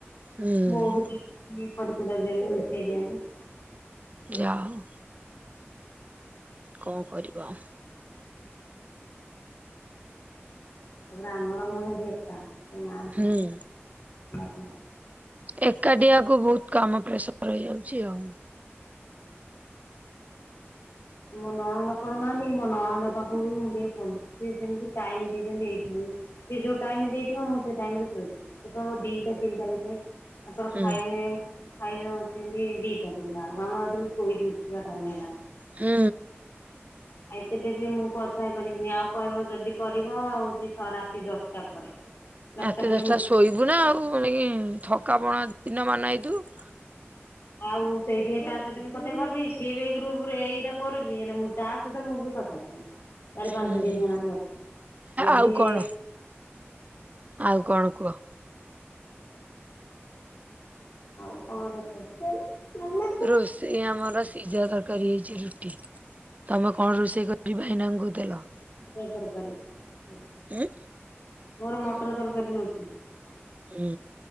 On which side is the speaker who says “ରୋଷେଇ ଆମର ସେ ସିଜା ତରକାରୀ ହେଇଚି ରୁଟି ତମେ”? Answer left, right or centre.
Right